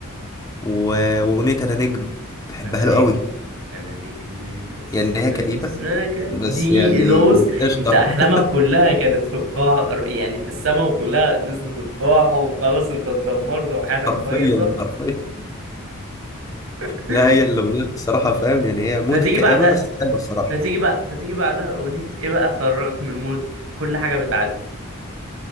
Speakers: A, on the left (about 15°); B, on the right (about 70°).
A: و- وأغنية أنا نجم بحبها
B: انا
A: له
B: نجم
A: قوي
B: انا نجم بس
A: يعني
B: ماليش
A: هي كئيبة
B: سكه
A: بس
B: دي
A: يعني
B: لوس
A: قشطة
B: انت احلامك
A: <laughs>
B: كلها كانت في القاع يعني في السما وكلها نزلت القاع وخلاص انت اتدمرت وحياتك
A: حرفيا
B: بايظه
A: حرفيا
B: <laughs>
A: لا هي الأغنية الصراحة فاهم يعني هي موت
B: فتيجي
A: كآبة
B: بعدها
A: بس حلوة الصراحة
B: فتيجي بقى فتيجي بعدها اغنيه ايه بقى تخرجك من المود كل حاجه بتعدي